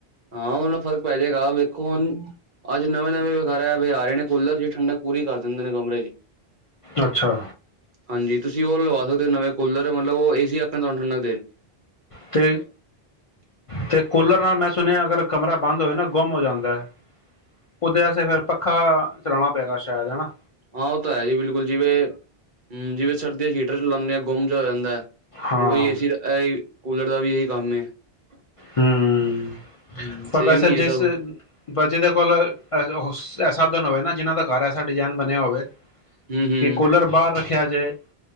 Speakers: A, on the right (about 55°); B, on the left (about 45°).
A: ਹਾਂ ਉਹ ਨਾਲ ਫਰਕ ਪੈ ਜਾਏਗਾ ਦੇਖੋ ਹੁਣ ਅੱਜ ਨਵੇਂ -ਨਵੇਂ ਖਰ ਵੀ ਆ ਰਹੇ ਨੇ ਕੂਲਰ ਜਿ ਠੰਡਕ ਪੂਰੀ ਕਰ ਦਿੰਦੇ ਨੇ ਕਮਰੇ ਚ
B: ਅੱਛਾ।
A: ਹਾਂਜੀ ਤੁਸੀਂ ਉਹ ਲਵਾ ਸਕਦੇ ਹੋ ਨਵੇਂ ਕੂਲਰ ਮਤਲਬ ਏ ਸੀ ਵਾਖਣ ਤੁਹਾਨੂੰ ਠੰਡਾ
B: ਤੇ ਤੇ ਕੂਲਰ ਨਾਲ ਮੈਂ ਸੁਣਿਆ ਅਗਰ ਕਮਰਾ ਬੰਦ ਹੋਇਆ ਨਾ। ਗੁੰਮ ਹੋ ਜਾਂਦਾ ਹੈ ਉਹ ਓਦੇ ਵਸ ਫਿਰ ਪੱਖਾ ਚਲਾਉਣਾ ਪਏਗਾ ਸ਼ਾਇਦ ਹਨਾ।
A: ਹਾਂ ਉਹ ਤਾਂ ਹੈ ਜੀ ਬਿਲਕੁਲ ਜਿਵੇਂ ਜਿਵੇਂ ਸਰਦੀਆਂ ਹੀਟਰ ਚਲਾਉਂਦੇ ਹਾਂ। ਗੁੰਮ ਚ ਹੋ ਜਾਂਦਾ ਹੈ
B: ਹਾਂ
A: ਉਹੀ ਏ ਸੀ ਦਾ ਕੂਲਰ ਦਾ ਵੀ ਇਹੀ <unintelligible>
B: ਹਮ,
A: ਹਮ
B: ਪਰ
A: ਸੇਮ
B: ਵੈਸੇ
A: ਹੀ
B: ਜਿਸ
A: ਹੈ ਸਭ
B: <unintelligible> ਸਾਧਨ ਹੋਵੇ ਨਾ ਜਿਹਨਾਂ ਦਾ ਘਰ ਐਸਾ ਡਿਜ਼ਾਇਨ ਬਣਿਆ ਹੋਵੇ
A: ਹਮ ਹਮ
B: ਕਿ ਕੂਲਰ ਬਾਹਰ ਰੱਖਿਆ ਜੇ